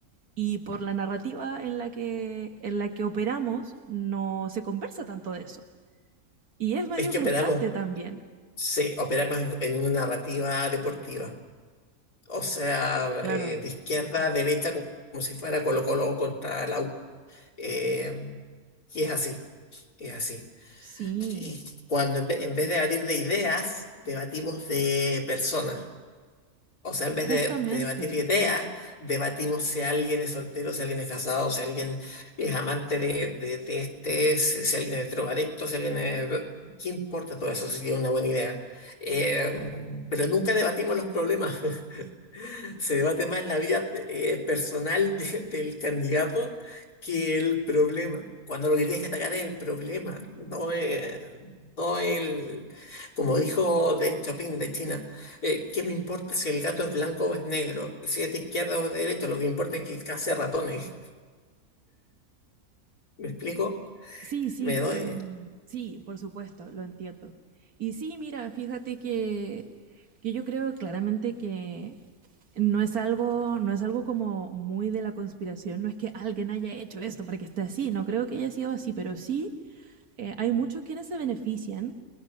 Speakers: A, on the right; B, on the left.
A: y por la narrativa en la que, en la que operamos no se conversa tanto de eso. Y es medio
B: Es que
A: frustrante
B: operamos,
A: también.
B: sí, operamos en en una narrativa deportiva, o sea,
A: Claro.
B: eh, de izquierda a derecha como como si fuera Colo-Colo contra la U. Eh, y es así, es así.
A: Sí,
B: Y cuando en ve- en vez de debatir de ideas, debatimos de personas. O sea, en
A: justamente.
B: vez de, de debatir ideas, debatimos si alguien es soltero, si alguien es casado, si alguien es amante de, de- de este, si, si alguien es drogadicto, si alguien es... ¿Qué importa todo eso si es una buena idea? Eh, pero nunca debatimos los problemas. <laughs> Se debate más la vida eh, personal de- del candidato que el problema. Cuando lo que tienes que atacar es el problema, no, eh, no el, como dijo Deng Xiaoping de China, eh, ¿qué me importa si el gato es blanco o es negro? Si es de izquierda o de derecha, lo que importa es que case ratones. ¿Me explico?
A: Sí, sí,
B: Me doy,
A: em, sí, por supuesto, lo entiendo. Y sí, mira, fíjate que, que yo creo claramente que no es algo, no es algo como muy de la conspiración, no es que alguien haya hecho esto para que esté así, no creo que haya sido así, pero sí eh, hay muchos quienes se benefician